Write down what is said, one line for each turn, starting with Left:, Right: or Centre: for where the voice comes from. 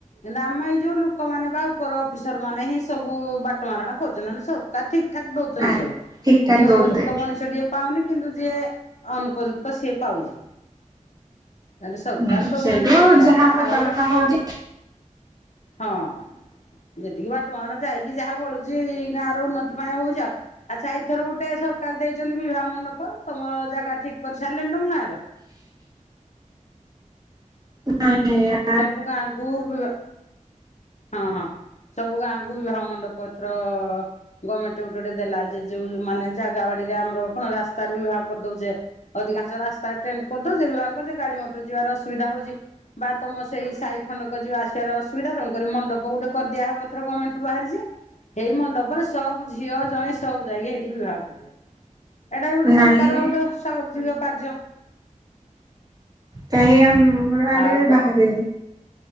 Left: ହେଲେ ଆମେ ଏଇ ଯୋଉ ଲୋକମାନୋନ ବା ଉପର ଅଫିସର ମାନେ ହିଁ ସବୁ ବାଟ ମାରଣା କରୁଚନ୍ତି ନହେଲେ ସ ରକାର ଠିକ୍ ଠାକ୍ ଦୋଉଚନ୍ତି
Right: ଆ
Left: ସବୁ
Right: ଠିକ ଠାକ
Left: ଯିଏ
Right: ଦଉଛନ୍ତି
Left: ଉପଯୁକ୍ତ ମଣିଷଟିଏ ପାଉନି କିନ୍ତୁ ଯିଏ ଅନୁପଯୁକ୍ତ ସିଏ ପାଉଚି। ହେଲେ ସରକାର
Right: ହୁଁ
Left: ଦୋଉଚନ୍ତି
Right: ସେଇଠୁ
Left: ଠିକ୍ ଠାକ୍
Right: ଯାହା
Left: ଏ
Right: ହବା
Left: ଆଉ
Right: କଥା ହଉଛି
Left: ହଁ। ଯେତିକି ବାଟାମରଣା ଯାଇକି ଯାହା ବଳୁଚି ଗାଁ ର ଉନ୍ନତି ପାଇଁ ହୋଉ ଯାଉ। ଆଚ୍ଛା ଏଇଥର ଗୋଟେ ସରକାର ଦେଇଚନ୍ତି। ବିବାହ ମଣ୍ଡପ ତମର ଜାଗା ଠିକ୍ କରି ସାରିଲେଣିି ତମ ଗାଁର?
Right: ନାଇଁ।
Left: ସବୁ ଗାଁକୁ ବିବା ହଁ ହଁ ସବୁ ଗାଁକୁ ବିଭାହ ମଣ୍ଡପ ଏଥର ଗମେଣ୍ଟ ଗୁଟେ ଗୁଟେ ଦେଲା ଯେ ଯୋଉ ଉ ମାନେ ଜାଗା ବାଡିରେ ଆମର କଣ ରାସ୍ତରୁ ବିିଭାହା କରିଦୋଉଚେ। ଅଧିକାଂଶ ରାସ୍ତାରେ ଟେଣ୍ଟ କରିଦୋଉଚେ ବିଭାହ କରୁଚେ। ଗାଡି ମଟର ଯିବାର ଅସୁବିଧା ହୋଉଚି। ତମ ସେଇ ସାହି ଖଣ୍ଡକ ଯିବା ଆସିବାର ଅସୁବିଧା ତେଣୁ କରି ମଣ୍ଡପ ଗୋଟେ କରିଦିଆ ହବ ଏଥର ଗର୍ଣ୍ଣମେଣ୍ଟରୁ ବାହାରିଚି। ହେଇ ମଣ୍ଡପରେ ସବ୍ ଝିଅ ଜୋଇଁ ସବୁ ଯାଇକି ହେଇଠି ବିିବାହ କରିବେ। ଏଟା ଗୁଟେ
Right: ନାଇଁ
Left: ସରକାର ଗୁଟେ ସ୍ଵାଗତ ଯୋଗ୍ୟ କାର୍ଯ୍ୟ।
Right: କାଇଁ ଆମ ର ଆଡେ
Left: ଆଉ
Right: ବାହାରିନି।